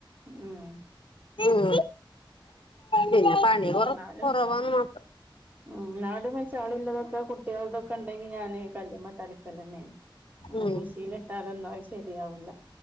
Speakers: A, on the right; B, on the left.
A: ഉം
B: ഉം പിന്നെ പണി കൊറ
A: എന്നാലും
B: കൊറവാന്ന് മാത്രം
A: ഉം നാലും വച്ചാളുള്ളതൊക്കെ കുട്ടികൾതൊക്കെ ഉണ്ടെങ്കി ഞാന് കല്ല്മ്മെഇട്ട അലക്കൽ തന്നെയാണ്
B: ഉം
A: മിക്സിൽ ഇട്ടാതൊന്നും അത് ശരിയാവൂല്ല